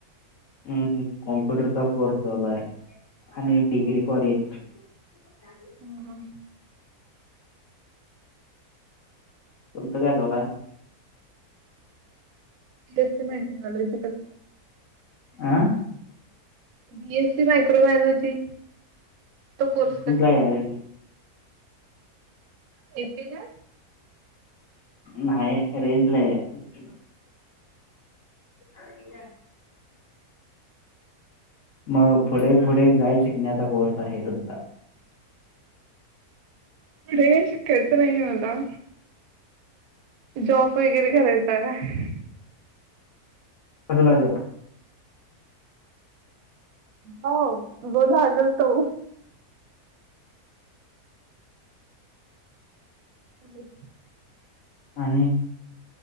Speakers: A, on the left; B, on the right.
A: ह्, कॉम्प्युटरचा कोर्स लाय आणि
B: हो
A: डिग्री कॉलेज. <unintelligible>
B: हं हं.
A: तुमचं काय चालू हाय?
B: पी एसी मायक्रेनॉलॉजी फ.
A: आह?
B: बीएससी मायक्रोबायलॉजी तो कोर्स कर.
A: कायर
B: इथे ना
A: नाही, रेंज नाही आहे. आणि मग पुढे, पुढे काय शिकण्याचा कोर्स आहे तुमचा?
B: पुढे शिकायचं नाही आहे मला. जॉब वगैरे करायचा आहे
A: अजला जा
B: हो बोला आजल तो हो
A: आणि